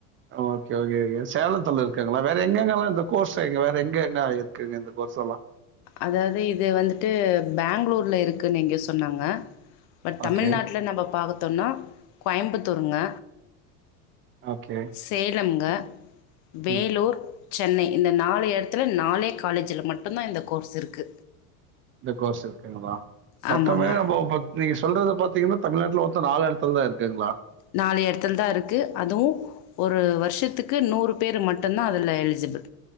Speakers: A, on the right; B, on the left.
A: ஒகே ஒகே சேலத்துல க்குங்களா வேற எங்க எங்கல்லா இந்த கோர்ஸ் அங்க வேற எங்க எங்க இருக்குங்க இந்த கோர்ஸ் எல்லா
B: அதாவ்து இது வந்துட்டு பெங்களூர்ல இருக்குன்னு இங்க சொன்னாங்க பட்
A: ஓகே,
B: தமிழ்நாட்டுல நம்ம பாத்தோன்னா கோயம்புத்தூருங்க
A: ஓகே.
B: சேலம்ங்க வேலூர்
A: ம்.
B: சென்னை இந்த நாலு எடத்துல நாலே காலேஜில மட்டுந்தா இந்த கோர்ஸ் இருக்கு
A: இந்த கோர்ஸ் இருக்குங்களா
B: ஆமாங்க
A: மொத்தமே நாம பத் நீங்க சொல்றத பாத்தீங்கனா தமிழ்நாட்டுல மொத் தொ நாலு எடத்துல தா இருக்குங்ளா
B: நாலு எடத்துல தா இருக்கு அதுவு ஒரு வருஷத் துக்கு நூறு பேர் மட்டுந்தா அ துல எலிஜிபிள்